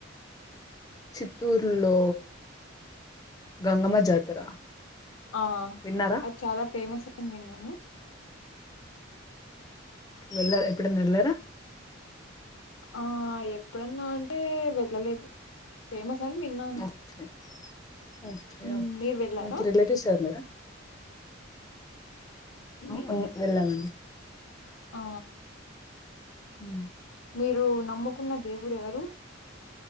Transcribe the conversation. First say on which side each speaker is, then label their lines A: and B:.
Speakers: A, on the left; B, on the left.
A: చిత్తూరులో గంగమ్మ జాతర
B: ఆ
A: విన్నారా
B: అది చాలా ఫేమస్ విన్నాము
A: వెళ్ళరా ఎప్పుడైన్నా వెళ్ళారా
B: ఆ ఎప్పుడన్నా అంటే వెళ్ళలేదు ఫేమస్ అని విన్నాను
A: ఓకే ఓకే
B: మ్,
A: ఓకే
B: మీరు వెళ్ళారా
A: మీకు రిలేటివ్స్ ఎవరూ లేరా
B: మీ
A: ఉన్- వెళ్ళామండి
B: ఆ
A: ఉ
B: మీరు నమ్ముకున్న దేవుడు ఎవరు